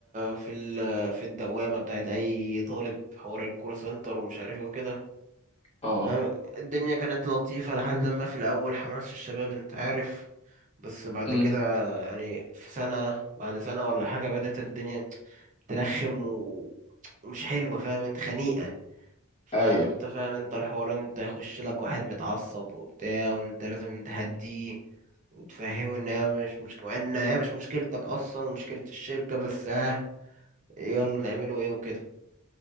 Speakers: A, on the right; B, on the left.
A: في ال في الدوامة بتاعت اي طالب حوار الكول سنتر ومش عارف ايه وكده
B: اه
A: آه، الدنيا كانت لطيفة لحد لما في الاول حماس الشباب انت عارف بس بعد
B: امم
A: كده يعني في سنة بعد سنة ولا حاجة بدأت الدنيا ترخم و- ومش حلوة فاهم انت خنيقة فاهم
B: ايوه
A: انت فاهم انت الحوار انت يخش لك واحد متعصب وبتاع وانت لازم تهديه وتفهمه ان هي مش مشكلة ان هي مش مشكلتك اصلا ومشكلة الشركة بس ها يلا نعمله ايه وكده